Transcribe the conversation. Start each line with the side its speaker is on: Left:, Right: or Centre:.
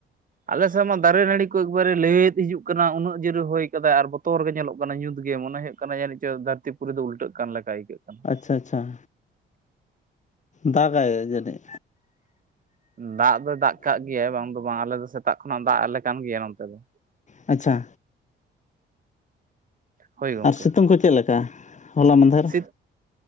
Right: ᱟᱞᱮᱥᱮᱫ ᱢᱟ ᱫᱟᱨᱮ ᱱᱟᱹᱲᱤ ᱠᱚ ᱮᱠᱵᱟᱨᱮ ᱞᱟᱹᱭᱮᱫ ᱦᱤᱡᱩᱜ ᱠᱟᱱᱟ ᱩᱱᱟᱹᱜ ᱡᱳᱨ-ᱮ ᱦᱚᱭ ᱟᱠᱟᱫᱟᱭ ᱟᱨ ᱵᱚᱛᱚᱨ ᱜᱮ ᱧᱮᱞᱚᱜ ᱠᱟᱱᱟ ᱢᱟᱱᱮ ᱧᱩᱛ ᱜᱮ ᱢᱚᱱᱮ ᱦᱩᱭᱩᱜ ᱠᱟᱱᱟ ᱡᱟᱱᱤᱡ ᱪᱚ ᱫᱷᱟᱹᱨᱛᱤᱯᱩᱨᱤ ᱫᱚ ᱩᱞᱴᱟᱹᱜ ᱠᱟᱱ ᱞᱮᱠᱟ ᱟᱹᱭᱠᱟᱹᱜ ᱠᱟᱱᱟ ᱾
Left: ᱪᱷᱟ ᱪᱷᱟ ᱫᱟᱜᱟᱭ ᱡᱟᱱᱤᱡ
Right: ᱫᱟᱜ ᱫᱚᱭ ᱫᱟᱜ ᱠᱟᱜ ᱜᱮᱭᱟᱭ ᱵᱟᱝ ᱫᱚ ᱵᱟᱝ ᱟᱞᱮ ᱫᱚ ᱥᱮᱛᱟᱜ ᱠᱷᱚᱱᱟᱜ ᱫᱟᱜ ᱟᱞᱮ ᱠᱟᱱ ᱜᱮᱭᱟ ᱱᱚᱛᱮ ᱫᱚ
Left: ᱟᱪᱪᱷᱟ
Right: ᱦᱳᱭ ᱜᱚᱢᱠᱮ
Left: ᱟᱨ ᱥᱤᱛᱩᱝ ᱠᱚ ᱪᱮᱫ ᱞᱮᱠᱟ ᱦᱚᱞᱟ ᱢᱟᱫᱷᱮᱨ
Right: ᱥᱤ